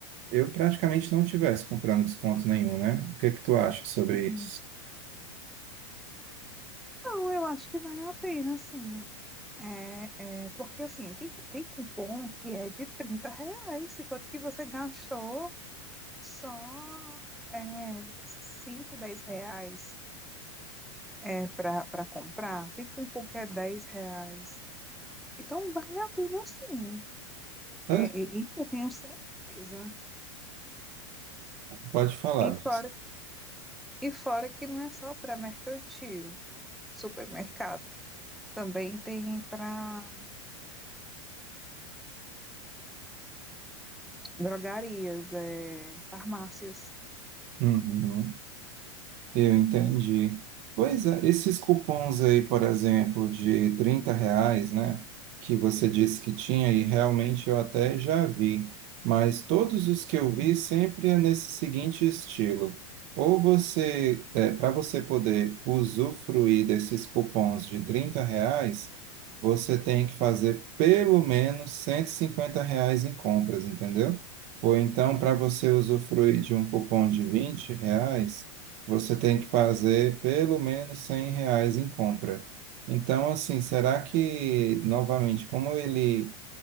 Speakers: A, on the right; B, in the centre.
A: eu praticamente não tivesse comprando desconto nenhum, né? O que que tu acha sobre
B: Uhum.
A: isso?
B: Não, eu acho que vale a pena, sim. É, é, porque assim, tem, tem cupom que é de 30 reais, enquanto que você gastou só é, 5, 10 reais é, para comprar, tem cupom que é 10 reais. Então vale a pena sim.
A: Mas,
B: É, e- isso eu tenho certeza.
A: Pode falar,
B: E
A: Luiz.
B: fora E fora que não é só para mercantil, supermercado. Também tem para drogarias, é, farmácias.
A: Uhum. Eu entendi. Pois é, esses cupons aí, por exemplo, de 30 reais, né, que você disse que tinha, e realmente eu até já vi, mas todos os que eu vi sempre é nesse seguinte estilo. Ou você, para você poder usufruir desses cupons de 30 reais, você tem que fazer pelo menos 150 reais em compras, entendeu? Ou então, para você usufruir de um cupom de 20 reais, você tem que fazer pelo menos 100 reais em compra. Então, assim, será que, novamente, como ele